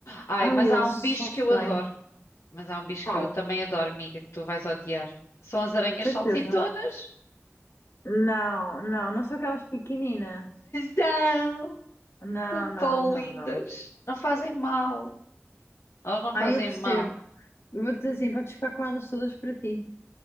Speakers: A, on the left; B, on the left.
A: Ai,
B: Ai,
A: mas
B: eles
A: há um bicho
B: são estranhos.
A: que eu adoro. Mas há um bicho
B: Qual?
A: que eu também adoro, amiga, que tu vais odiar. São as aranhas
B: certeza.
A: saltitonas.
B: Não, não, não são aquelas pequeninas.
A: São,
B: Não,
A: são
B: não,
A: tão
B: não,
A: lindas.
B: não.
A: Não fazem mal. Elas não
B: Ah,
A: fazem
B: eu percebo.
A: mal.
B: Eu Vou dizer assim, podes ficar com elas todas para ti.